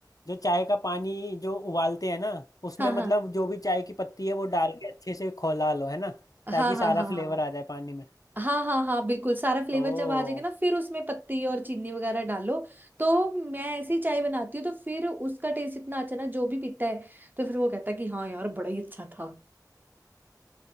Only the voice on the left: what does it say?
जो चाय का पानी जो उबालते हैं ना उसमें
मतलब जो भी चाय की पत्ती है वो डाल के अच्छे से खौला लो है ना
ताकि
सारा
फ्लेवर आ जाए पानी में
ओ